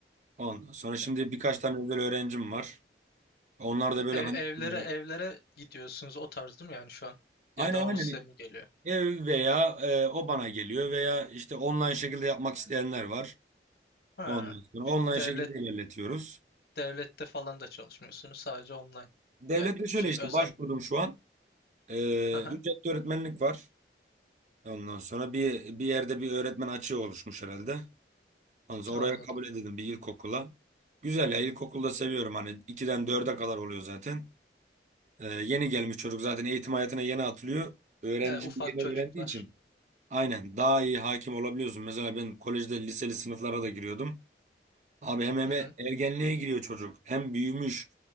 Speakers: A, on the right; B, on the left.
A: Ondan sonra şimdi
B: E-
A: birkaç tane özel öğrencim var. Onlar da böyle
B: Ev,
A: hani
B: evlere evlere
A: e,
B: gidiyorsunuz o tarz değil mi yani şu an?
A: Aynen
B: Ya da
A: aynen.
B: o size mi geliyor?
A: Ev veya e, o bana geliyor veya işte online şekilde yapmak isteyenler var.
B: Ha.
A: Ondan sonra online
B: Bir Devlet
A: şekilde ilerletiyoruz.
B: devlette falan da çalışmıyorsunuz. Sadece online.
A: Devlette
B: Yani
A: şöyle
B: şey
A: işte
B: özel.
A: başvurdum şu an. E,
B: Hı hı.
A: ücretli öğretmenlik var. Ondan sonra bir bir yerde bir öğretmen açığı oluşmuş herhalde. Ondan sonra
B: Anladım.
A: oraya kabul edildim bir ilkokula. Güzel ya ilkokulda seviyorum hani 2'den dörde kadar oluyor zaten. E, yeni gelmiş çocuk zaten eğitim hayatına yeni atılıyor. Öğrenci
B: Yani ufak
A: yeni
B: çocuklar.
A: öğrendiği için. Aynen daha iyi hakim olabiliyorsun. Mesela ben kolejde liseli sınıflara da giriyordum. Abi hem hem
B: Hı hı.
A: ergenliğe giriyor çocuk. Hem büyümüş.